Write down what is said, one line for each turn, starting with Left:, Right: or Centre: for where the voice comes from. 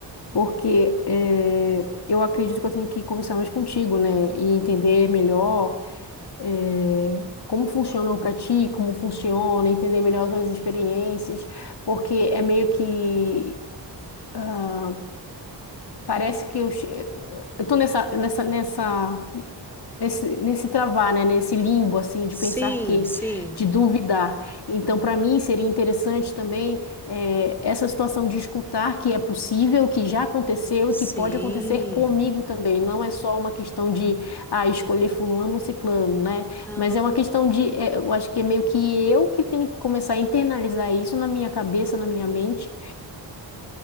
Left: Porque eh, eu acredito que eu tenho que conversar mais contigo, né? E entender melhor eh, como funcionou para ti, como funciona, entender melhor as tuas experiências, porque é meio que ah, parece que eu, che- eu tô nessa, nessa, nessa nesse, nesse travar, né? Nesse limbo, assim, de
Centre: Sim,
Left: pensar que,
Centre: sim,
Left: de duvidar. Então, para mim, seria interessante também eh, essa situação de escutar que é possível, que já aconteceu
Centre: sim.
Left: e que pode acontecer comigo também. Não é só uma questão de ah, escolher fulano ou ciclano, né?
Centre: Não.
Left: Mas é uma questão de, eh, eu acho que é meio que eu que tenho que começar a internalizar isso na minha cabeça, na minha mente.